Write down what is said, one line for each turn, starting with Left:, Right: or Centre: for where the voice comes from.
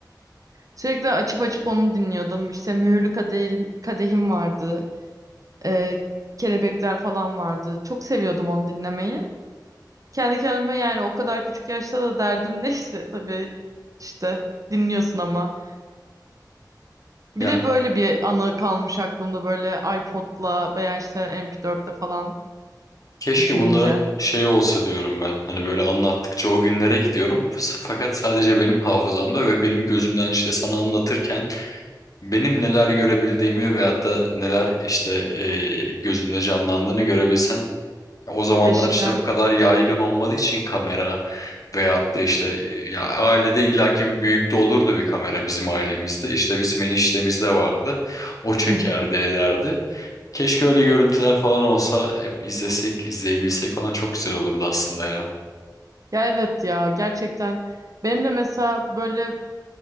Right: Sürekli açıp açıp onu dinliyordum. İşte Mühürlü Kadehim, Kadehim vardı. Ee, Kelebekler falan vardı. Çok seviyordum onu dinlemeyi. Kendi kendime yani o kadar küçük yaşta da derdim <laughs> neyse tabii işte dinliyorsun ama. Bir
Left: Ya
Right: de böyle bir anı kalmış aklımda böyle iPod'la veya işte MP4'le falan
Left: keşke
Right: düşününce.
Left: bunların şeyi olsa diyorum ben. Hani böyle anlattıkça o günlere gidiyorum. S- Fakat sadece benim hafızamda ve benim gözümden işte sana anlatırken benim neler görebildiğimi veyahut da neler işte e, gözümde canlandığını görebilsen O zamanlar
Right: Keşke.
Left: işte bu kadar yaygın olmadığı için kamera veyahut da işte ya ailede illaki bir büyükte olurdu bir kamera bizim ailemizde. İşte bizim eniştemizde vardı. O çekerdi
Right: Hı hı.
Left: ederdi. Keşke öyle görüntüler falan olsa hep izlesek, izleyebilsek falan çok güzel olurdu aslında ya.
Right: Ya evet ya gerçekten benim de mesela böyle